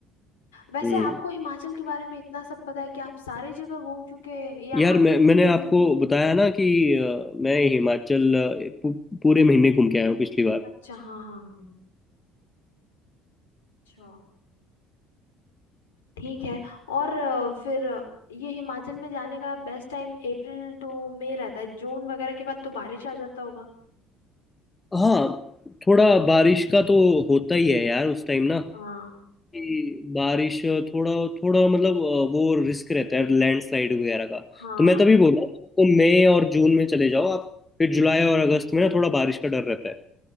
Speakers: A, on the left; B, on the left.
A: वैसे
B: हम्म
A: आपको हिमाचल के बारे में इतना सब पता है कि आप सारी जगह घूम चुके हैं या
B: यार
A: आप
B: मैं मैंने
A: हिमाचल
B: आपको
A: से ही हैं?
B: बताया ना कि अ, मैं हिमाचल अ, पू, पूरे महीने घूम के आया हूँ पिछली बार
A: अच्छा हाँ हाँ हाँ अच्छा ठीक है और अ, फिर अ, ये हिमाचल में जाने का best time April to May रहता है जून वगैरह के बाद तो बारिश आ जाता होगा
B: हाँ थोड़ा बारिश का तो होता ही है यार उस टाइम ना
A: हाँ
B: कि बारिश थोड़ा थोड़ा मतलब अ, वो रिस्क रहता है लैंडस्लाइड वगैरह का
A: हाँ
B: तो मैं तभी बोल रहा हूँ तो मई और जून में चले जाओ आप फिर जुलाई और अगस्त में ना थोड़ा बारिश का डर रहता है